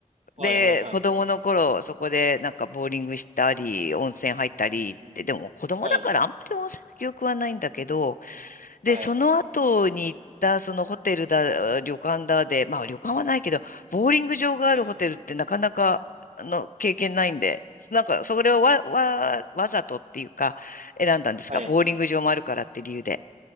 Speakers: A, on the right; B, on the left.
A: はいはいはい。
B: で、子供の頃、そこでなんかボーリングしたり、温泉入ったりって、
A: うん。
B: でも子供だからあんまり温泉の記憶はないんだけど、
A: はい。
B: で、
A: はい。
B: その後に行ったそのホテルだ、旅館だで、まあ旅館はないけど、ボーリング場があるホテルってなかなかあの経験ないんで、
A: はい。
B: なんかそれをわ、わ、わざとっていうか選んだんですかボーリング場もあるからって理由で。
A: はい。